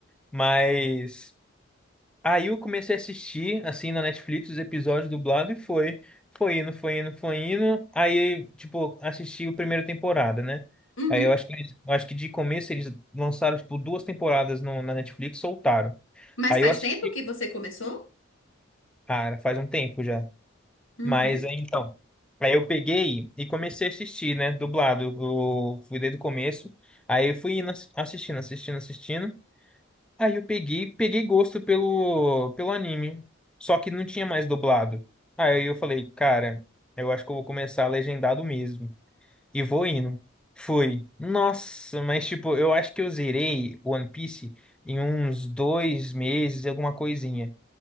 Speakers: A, in the centre; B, on the left (about 75°).
A: Mas aí eu comecei a assistir, assim, na Netflix, os episódios dublados e foi. Foi indo, foi indo, foi indo. Aí, tipo, assisti a primeira temporada, né?
B: Uhum.
A: Aí eu acho que, eles- eu acho que de começo eles lançaram, tipo, duas temporadas no, na Netflix, e soltaram.
B: Mas
A: Aí
B: faz
A: eu assisti,
B: tempo que você começou?
A: cara, faz um tempo já.
B: Uhum.
A: Mas aí então, aí eu peguei e comecei a assistir, né? Dublado. Eu fui desde o começo. Aí eu fui indo ass- assistindo, assistindo, assistindo. Aí eu peguei, peguei gosto pelo, pelo anime. Só que não tinha mais dublado. Aí eu falei, cara, eu acho que eu vou começar legendado mesmo. E vou indo. Fui. Nossa, mas tipo, eu acho que eu zerei One Piece em uns dois meses, alguma coisinha.